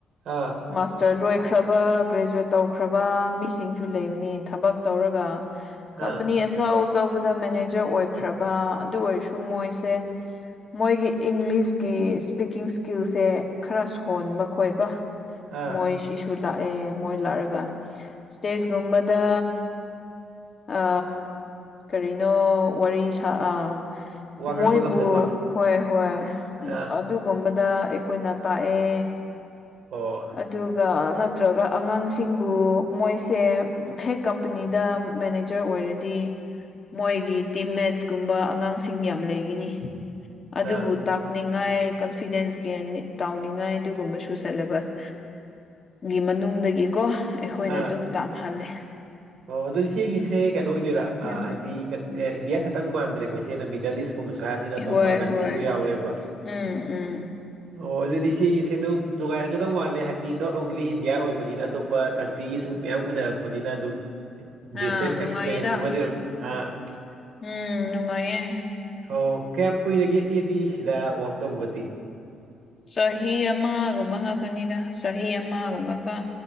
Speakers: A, on the right; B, on the left.
A: ꯑꯥ
B: ꯃꯥꯁꯇꯔ ꯂꯣꯏꯈ꯭ꯔꯕ ꯒ꯭ꯔꯦꯖ꯭ꯋꯦꯠ ꯇꯧꯈ꯭ꯔꯕ ꯃꯤꯁꯤꯡꯁꯨ ꯂꯩꯕꯅꯤ ꯊꯕꯛ ꯇꯧꯔꯒ ꯀꯝꯄꯅꯤ
A: ꯑꯥ
B: ꯑꯆꯧ ꯑꯆꯧꯕꯗ ꯃꯦꯅꯦꯖꯔ ꯑꯣꯏꯈ꯭ꯔꯕ ꯑꯗꯨ ꯑꯣꯏꯔꯁꯨ ꯃꯣꯏꯁꯦ ꯃꯣꯏꯒꯤ ꯏꯪꯂꯤꯁꯒꯤ ꯏꯁꯄꯤꯀꯤꯡ ꯁꯀꯤꯜꯁꯦ ꯈꯔ ꯁꯣꯟꯕ ꯈꯣꯏꯀꯣ
A: ꯑꯥ
B: ꯃꯣꯏꯁꯤꯁꯨ ꯂꯥꯏ ꯑꯦ ꯃꯣꯏ ꯂꯥꯛꯑꯒ ꯏꯁꯇꯦꯖꯀꯨꯝꯕꯗ ꯑ ꯀꯔꯤꯅꯣ ꯋꯥꯔꯤ ꯁꯥ ꯑꯥ
A: ꯋꯥ ꯉꯥꯡꯕ
B: ꯃꯣꯏꯕꯨ
A: ꯉꯝꯗꯕ
B: ꯍꯣꯏ ꯍꯣꯏ
A: ꯑꯥ
B: ꯑꯗꯨꯒꯨꯝꯕꯗ ꯑꯩꯈꯣꯏꯅ ꯇꯥꯛꯑꯦ
A: ꯑꯣ
B: ꯑꯗꯨꯒ ꯅꯠ ꯅꯠꯇ꯭ꯔꯒ ꯑꯉꯥꯡꯁꯤꯡꯕꯨ ꯃꯣꯏꯁꯦ ꯍꯦꯛ ꯀꯝꯄꯅꯤꯗ ꯃꯦꯅꯦꯖꯔ ꯑꯣꯏꯔꯗꯤ ꯃꯣꯏꯒꯤ ꯇꯤꯝ ꯃꯦꯠꯁꯀꯨꯝꯕ ꯑꯉꯥꯡꯁꯤꯡ ꯌꯥꯝ ꯂꯩꯒꯅꯤ ꯑꯗꯨꯕꯨ
A: ꯑꯥ
B: ꯇꯥꯛꯅꯤꯡꯉꯥꯏ ꯀꯟꯐꯤꯗꯦꯟꯁꯒꯤ ꯅꯤꯠ ꯇꯧꯅꯤꯡꯉꯥꯏ ꯑꯗꯨꯒꯨꯝꯕꯁꯨ ꯁꯦꯂꯦꯕꯁ ꯒꯤ ꯃꯅꯨꯡꯗꯒꯤꯀꯣ ꯑꯩꯈꯣꯏꯅ
A: ꯑꯥ
B: ꯑꯗꯨꯝ ꯇꯝꯍꯜꯂꯦ
A: ꯑꯣ ꯑꯗꯣ ꯏꯆꯦꯒꯤꯁꯦ ꯀꯩꯅꯣ ꯑꯣꯏꯗꯣꯏꯔꯥ
B: ꯎꯝ
A: ꯍꯥꯏꯗꯤ ꯏꯟꯗꯤꯌꯥ ꯈꯛꯇꯪ ꯃꯥꯟꯗ꯭ꯔꯦꯀꯣ ꯏꯆꯦꯅ ꯃꯤ ꯗꯦꯂꯤꯁ ꯀꯨꯝꯕꯁꯨ ꯍꯥꯏꯕꯅꯤꯅ ꯑꯇꯣꯞꯄ
B: ꯍꯣꯏ
A: ꯀꯟꯇ꯭ꯔꯤꯁꯨ
B: ꯍꯣꯏ
A: ꯌꯥꯎꯔꯦꯕ
B: ꯎꯝ ꯎꯝ
A: ꯑꯣ ꯑꯗꯨꯗꯤ ꯏꯆꯦꯒꯤꯁꯦ ꯑꯗꯨꯝ ꯅꯨꯡꯉꯥꯏꯔꯝꯒꯗꯧ ꯃꯥꯜꯂꯦ ꯍꯥꯏꯗꯤ ꯅꯣꯠ ꯑꯣꯡꯂꯤ ꯏꯟꯗꯤꯌꯥ ꯑꯣꯏꯕꯅꯤꯅ ꯑꯇꯣꯞꯄ ꯀꯟꯇ꯭ꯔꯤꯒꯤꯁꯨ ꯃꯌꯥꯝ ꯎꯅꯔꯛꯄꯅꯤꯅ ꯑꯗꯨꯝ ꯗꯤꯐꯔꯦꯟ
B: ꯑꯥ ꯅꯨꯡꯉꯥꯏꯌꯦꯗ
A: ꯑꯦꯛꯁꯄꯦꯔꯤꯌꯦꯟꯁ ꯑꯃꯗꯤ ꯑꯣꯢꯔꯝꯅꯤ
B: ꯎꯝ ꯅꯨꯡꯉꯥꯏꯌꯦ
A: ꯑꯣ ꯀꯌꯥꯝ ꯀꯨꯏꯔꯒꯦ ꯏꯆꯦꯗꯤ ꯁꯤꯗ ꯋꯥꯛ ꯇꯧꯕꯗꯤ
B: ꯆꯍꯤ ꯑꯃꯒꯨꯝꯕ ꯉꯥꯛꯇꯅꯤꯗ ꯆꯍꯤ ꯑꯃꯒꯨꯝꯕꯀꯣ